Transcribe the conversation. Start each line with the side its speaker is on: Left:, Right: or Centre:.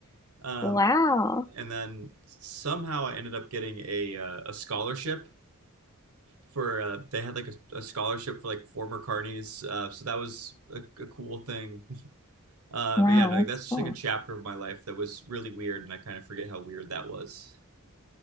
Right: um,
Left: Wow.
Right: and then somehow I ended up getting a uh, a scholarship for uh, they had like a, a scholarship for like former carnies. Uh, so that was a, a cool thing. Uh,
Left: Wow,
Right: but yeah, no, like, that's
Left: that's
Right: just
Left: cool.
Right: like a chapter of my life that was really weird, and I kind of forget how weird that was.